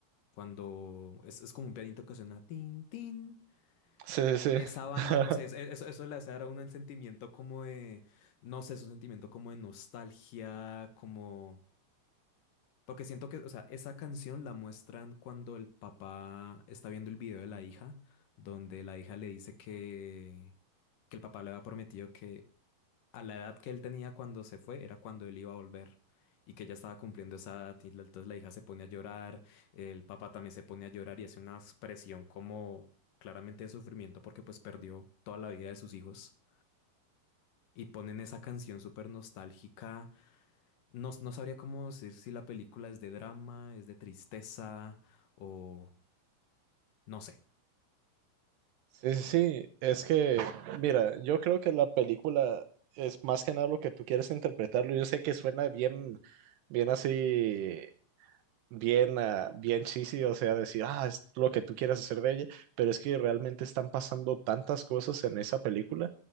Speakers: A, on the left (about 75°); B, on the right (about 75°).
A: cuando es, es como un pianito que suena tin, tin,
B: Sí, sí,
A: esa
B: sí.
A: banda,
B: <laughs>
A: no sé, es- e, eso, eso le hace dar a uno el sentimiento como de, no sé, es un sentimiento como de nostalgia, como, porque siento que, o sea, esa canción la muestran cuando el papá está viendo el video de la hija, donde la hija le dice que, que el papá le había prometido que a la edad que él tenía cuando se fue, era cuando él iba a volver. Y que ella estaba cumpliendo esa edad, y la- entonces la hija se pone a llorar, el papá también se pone a llorar y hace una expresión como claramente de sufrimiento porque pues perdió toda la vida de sus hijos. Y ponen esa canción súper nostálgica. No, no sabría cómo decir si la película es de drama, es de tristeza o no sé.
B: Sí, sí, sí. Es que, mira, yo creo que la película es más que nada lo que tú quieres interpretarlo. Yo sé que suena bien, bien así bien, ah, bien cheesy, o sea, decir, ah, es lo que tú quieres hacer de ella, pero es que realmente están pasando tantas cosas en esa película